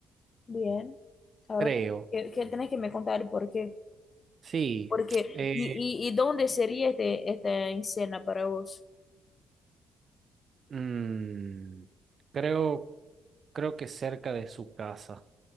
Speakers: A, on the left; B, on the right.
A: Bien. Ahora
B: Creo.
A: que, que tenés que me contar el por qué.
B: Sí,
A: Porque,
B: eh,
A: y, y, y dónde sería este, esta cena para vos.
B: mm, creo, creo que cerca de su casa,